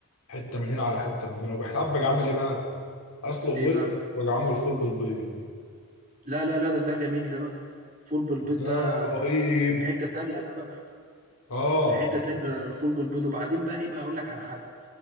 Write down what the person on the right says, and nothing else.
ايه بقى
لا لا لا ده ده جميل ده بقى فول بالبيض
ده
في حته تانية ده بقى
في حته تانية الفول بالبيض وبعدين بقى ايه بقى اقول لك على حاجه